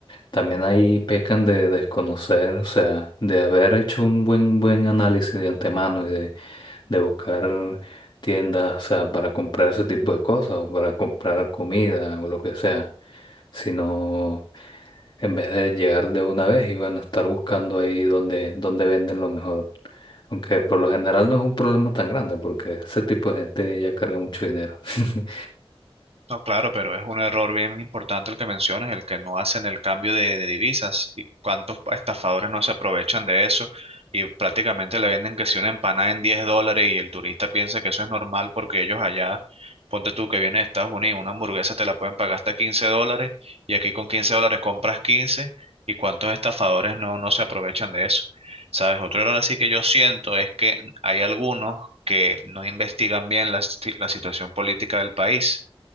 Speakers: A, on the left (about 45°); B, on the right (about 80°).
A: también ahí pecan de desconocer, o sea, de haber hecho un buen, buen análisis de antemano y de, de buscar tiendas, o sea, para comprar ese tipo de cosas o para comprar comida o lo que sea, sino en vez de llegar de una vez y bueno, estar buscando ahí donde, donde venden lo mejor. Aunque por lo general no es un problema tan grande porque ese tipo de gente ya carga mucho dinero. <laughs>
B: No, claro, pero es un error bien importante el que mencionas, el que no hacen el cambio de, de divisas. ¿Y cuántos pa- estafadores no se aprovechan de eso? Y prácticamente le venden que si una empanada en diez dólares y el turista piensa que eso es normal porque ellos allá, ponte tú que vienes de Estados Unidos, una hamburguesa te la pueden pagar hasta quince dólares y aquí con 15 dólares compras quince y cuántos estafadores no, no se aprovechan de eso. ¿Sabes? Otro error así que yo siento es que hay algunos que no investigan bien la, si- la situación política del país